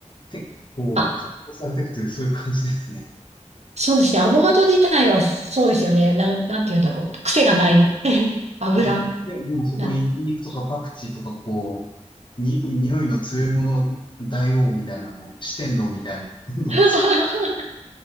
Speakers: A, on the left; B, on the right.
A: て、こう、
B: あ、
A: 加工されていくという、そういう感じですね。
B: そうですね。アボカド自体はそうですよね。なん、なんて言うんだろう。癖がない。<laughs> 油、
A: で、で、でもそこにニンニクとかパクチーとか、
B: な、
A: こう、に、匂いの強いもの、大王みたいなの、四天王みたいな、どんどん
B: <laughs>